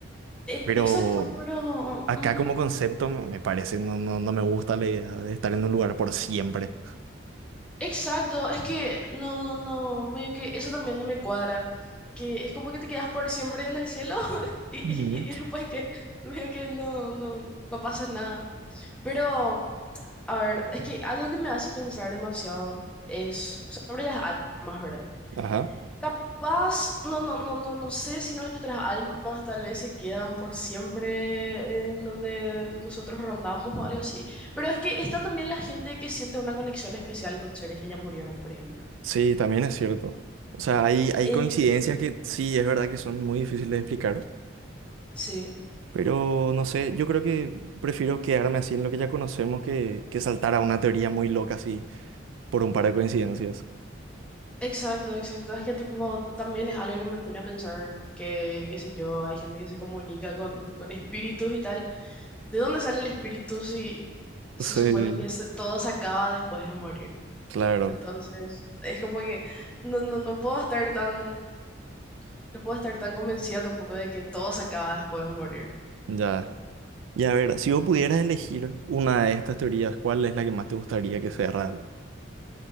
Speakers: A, in the centre; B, on the right.
A: E-
B: Pero
A: exacto, pero
B: acá
A: mm,
B: como concepto me me parece, no, no, no me gusta la idea de estar en un lugar por siempre.
A: exacto, es que no, no, no, medio que eso también no me cuadra, que es como que te quedas por siempre en el cielo <laughs> y,
B: Ujú.
A: y, y después que medio que no, no, no pasa nada. Pero A ver, es que algo que me hace pensar demasiado es sobre las almas, ¿verdad?
B: Ajá.
A: Capaz, no, no, no, no, no sé si nuestras almas tal vez se quedan por siempre en donde nosotros rondamos o algo así. Pero es que está también la gente que siente una conexión especial con seres que ya murieron, por ejemplo.
B: Sí, también es cierto. O sea, hay, hay
A: Entonces,
B: coincidencias que
A: ujú.
B: sí, es verdad que son muy difíciles de explicar.
A: sí.
B: Pero no sé, yo creo que prefiero quedarme así en lo que ya conocemos que, que saltar a una teoría muy loca así por un par de coincidencias.
A: Exacto, exacto. Es que tipo, también es algo que me pone a pensar que, qué sé yo, hay gente que se comunica con, con espíritus y tal. ¿De dónde sale el espíritu si se
B: Sí,
A: supone que se- todo se acaba después de morir?
B: claro,
A: Entonces, es como que no, no, no puedo estar tan, no puedo estar tan convencida tampoco de que todo se acaba después de morir.
B: ya. Y a ver, si vos pudieras elegir una de estas teorías, ¿cuál es la que más te gustaría que sea real?